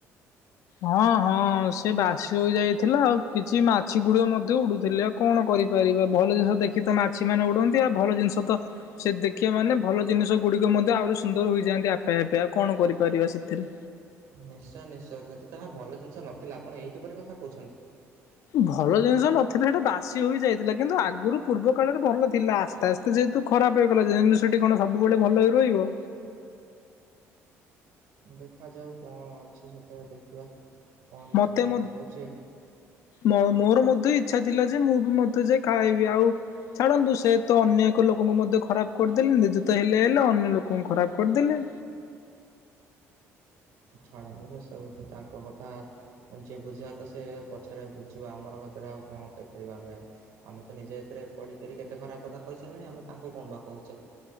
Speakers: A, on the left; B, on the right.
A: ହଁ ହଁ ସେ ବାସି ହୋଇ ଯାଇଥିଲା ଆଉ କିଛି ମାଛି ଗୁଡ଼ୁ ମଧ୍ୟ ଉଡୁଥିଲେ। କଣ କରିପାରିବା ଭଲ ଜିନିଷ ଦେଖିତ ମାଛି ମାନେ ଉଡ଼ନ୍ତି ଆଉ ଭଲ ଜିନିଷତ ସେ ଦେଖିବା ମାନେ ଭଲ ଜିନିଷ ଗୁଡ଼ିକ ଆହୁରି ମଧ୍ୟ ଆହୁରି ସୁନ୍ଦର ହୋଇଯାଆନ୍ତି ଆପେ ଆପେ ଆଉ କଣ କରିପାରିବା ସେଥିରେ।
B: ନିଶ୍ଚୟ ନିଶ୍ଚୟ କିନ୍ତୁ ତାହା ଭଲ ଜିନିଷ ନଥିଲା ଆପଣ ଏଇ କିପରି କଥା କହୁଛନ୍ତି।
A: ଭଲ ଜିନିଷ ନଥିଲେ ସେଇଟା ବାସି ହୋଇ ଯାଇଥିଲା କିନ୍ତୁ ଆଗରୁ ପୂର୍ବ କାଳରେ ଭଲ ଥିଲା ତାସେ ଯେହେତୁ ଖରାପ୍ ହେଇଗଲା ଜିନିଷଟି କଣ ସବୁବେଳେ ଭଲରେ ରହିବ।
B: ଦେଖାଯାଉ କଣ ଅଛି ସେଥିରେ ଦେଖିବା। କଣ ନାହିଁ
A: ମତେ
B: କଣ
A: ମ
B: ହେଉଛି।
A: ମୋ ମୋର ମଧ୍ୟ ଇଚ୍ଛା ଥିଲାଯେ ମୁଁବି ମଧ୍ୟ ଯାଇ କାଇବି ଆଉ ଛାଡ଼ନ୍ତୁ ସେତ ଅନ୍ୟ ଏକ ଲୋକଙ୍କୁ ମଧ୍ୟ ଖରାପ୍ କରିଦେଲେ ନିଯେତ ହେଲେ ହେଲେ ଅନ୍ୟ ଲୋକଙ୍କୁ ଖରାପ କରିଦେଲେ
B: ଛାଡ଼ବି ସବୁତ ତାଙ୍କ କଥା ଯିଏ ବୁଝିବାତ ସେ ପଛରେ ବୁଝିବା ଆମର ହେଥିରେ ଆଉ କଣ କରିପାରିବା ଆମେ ଆଉ ଆମେତ ନିଜେ ଏଥିରେ ପଡ଼ିକରି କେତେ ଖରାପ୍ କଥା କହି ସାରିଲାଣି ଆମେ ତାଙ୍କୁ କଣବା କହୁଚେ